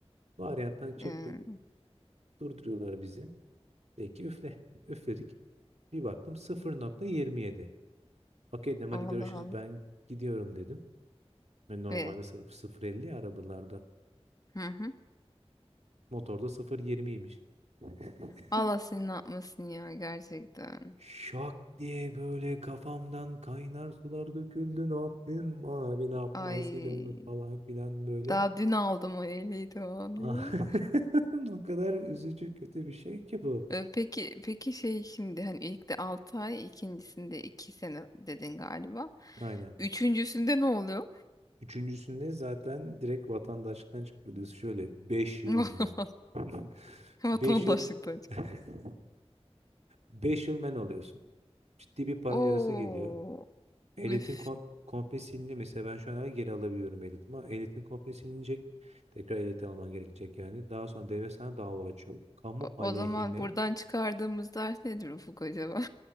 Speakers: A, on the right; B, on the left.
A: Varyanttan çıktık.
B: Ee,
A: Durduruyorlar bizi. Peki üfle. Üfledik. Bir baktım 0.27. Okey dedim hadi
B: Allah
A: görüşürüz
B: Allah.
A: ben gidiyorum dedim. Ve normalde
B: Ve
A: sıfır elli arabalarda.
B: hı hı.
A: Motorda sıfır yirmiymiş. <laughs>
B: Allah seni ne yapmasın ya gerçekten.
A: Şak diye böyle kafamdan kaynar sular döküldü. Ne yaptın abi ne yapmayasıyla
B: Ay
A: onu falan filan böyle.
B: daha dün aldım o ehliyi tamam
A: <laughs>
B: diye.
A: O kadar üzücü kötü bir şey ki bu.
B: Ee, peki peki şey şimdi hani ilk de 6 ay ikincisinde 2 sene dedin galiba.
A: Aynen.
B: Üçüncüsünde ne oluyor?
A: Üçüncüsünde zaten direkt vatandaşlıktan çıkarılıyorsun. Şöyle 5 yıl
B: <laughs>
A: men. <laughs>
B: Vatandaşlıktan.
A: 5 yıl
B: çık-
A: <laughs> beş yıl men oluyorsun. Ciddi bir para
B: Oo.
A: cezası geliyor. Ehliyetin
B: Üf.
A: kom komple siliniyor. Mesela ben şu an hala geri alabiliyorum ehliyetimi ama ehliyetin komple silinecek. Tekrar ehliyet alman gerekecek yani. Daha sonra devlet sana dava açıyor. Kamu
B: O
A: aleyhine
B: o zaman buradan çıkardığımız ders nedir Ufuk acaba?